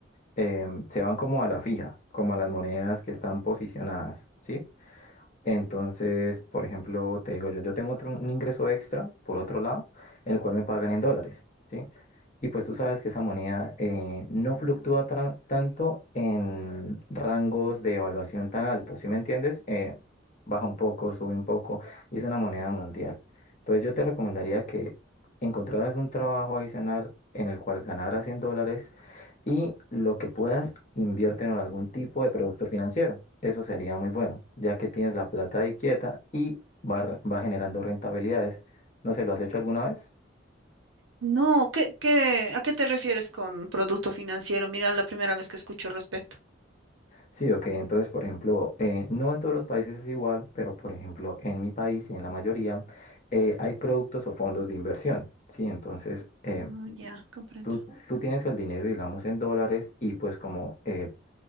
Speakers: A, on the left; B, on the right.
A: Em, se van como a la fija, como a las monedas que están posicionadas, ¿sí? Entonces, por ejemplo, te digo yo, yo tengo otro, un ingreso extra, por otro lado, en el cual me pagan en dólares, ¿sí? Y pues tú sabes que esa moneda eh, no fluctúa tra- tanto en rangos de evaluación tan altos, ¿sí me entiendes? Eh, baja un poco, sube un poco, y es una moneda mundial. Entonces yo te recomendaría que encontraras un trabajo adicional en el cual ganaras en dólares y lo que puedas, inviértelo en algún tipo de producto financiero. Eso sería muy bueno, ya que tienes la plata ahí quieta y va, re- va generando rentabilidades. ¿No se lo has hecho alguna vez?
B: No, ¿qué, qué, a qué te refieres con producto financiero? Mira, la primera vez que escucho al respecto.
A: Sí, ok. Entonces, por ejemplo, eh, no en todos los países es igual, pero por ejemplo, en mi país y en la mayoría, eh, hay productos o fondos de inversión. Sí, entonces eh,
B: Ah, ya, comprendo.
A: tú, tú tienes el dinero, digamos, en dólares y pues como eh,